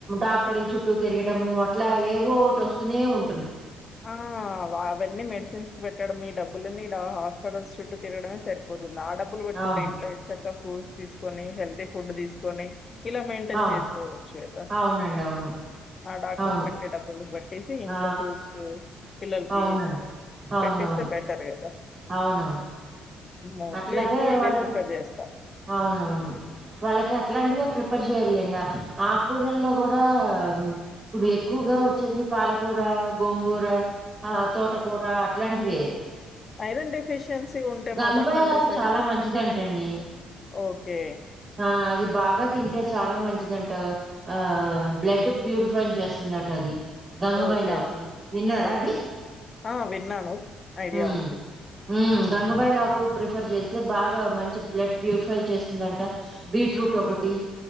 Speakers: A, on the right; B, on the left.
A: డాక్టర్లు చుట్టూ తిరగడ అట్లా ఏవో ఒకటి వస్తూనే ఉం
B: ఆ అవన్నీ మెడస్ చేసి పెట్టడం ఈ డబ్బులని ఇగ హాస్పిటల్స్ చుట్టూ తిరడమే సరిపోతుంది నా డబ్బులు పెట్కుంట
A: అవును
B: ఇంట్ల ఏం చక్క ఫూడ్స్ తీసుకొని హెల్త్ ఫుడ్ తీసుకొని ఇలా మెయింటైన్
A: అవు
B: చేసుకోవచ్చు కదా
A: అవునండి అవును
B: ఆ డాక్టర్స్
A: అవును
B: పెట్టే డబ్బులు పెట్టేసి ఇంట్లో
A: ఆ
B: ఫ్రూట్స్ పిల్లలకి
A: అవునండి అవునవును
B: పెట్టేస్తే బెటర్ కదా
A: అవునవును
B: మోస్ట్లీ
A: అట్లాగే
B: ఎక్కువ ఇదే
A: వాళ్ళకి
B: ప్రిఫర్ చేస్తా
A: అవునవును వాళ్ళకి అట్లాంటివే ప్రిపేర్ చే వెళ్ళం ఆ కూరల్లో కూడా ఇప్పుడు ఎక్కువగా వచ్చేది పాలకూర గోంగూర ఆ తోటకూర అట్లాంటివి
B: ఐరన్ డెఫిషియన్సీ ఉంటే
A: గంగబాయిలాకు
B: మాత్రం కంపల్సరీ
A: చాలా మంచిదంటండి
B: ఓకే
A: ఆ అది బాగా తింటే చాలా మంచిదంట ఆ బ్లడ్ ప్యూరిఫై చేస్తుందం ఉంటది గంగబాయిలాకు
B: ఓకే
A: విన్నారా
B: ఓకే
A: అది
B: ఆ విన్నాను ఐడియా
A: ఉమ్
B: ఉంది
A: హ్మ్. గంగబాయిలాకు ప్రిఫర్ చేస్తే బాగా మంచి బ్లడ్ ప్యూరిఫై చేస్తుందంట బీట్రూట్
B: హ్మ్.
A: ఒకటి